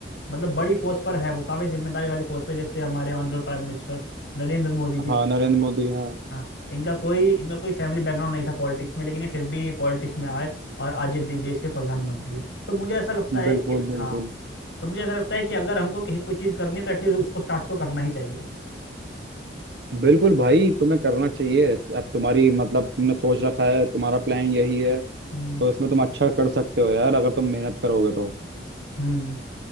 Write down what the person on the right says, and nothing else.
हाँ नरेंद्र मोदी हाँ
बिल्कुल
बिल्कुल
बिल्कुल भाई तुम्हें करना चाहिए अब तुम्हारी मतलब तुमने सोच रखा है तुम्हारा प्लान यही है
तो इसमें तुम अच्छा कर सकते हो यार अगर तुम मेहनत करोगे तो